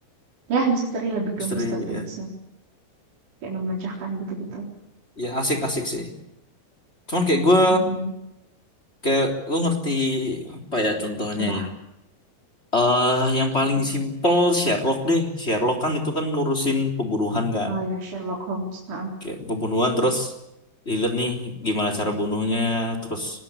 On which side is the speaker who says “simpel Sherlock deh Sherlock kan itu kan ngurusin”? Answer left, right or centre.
Left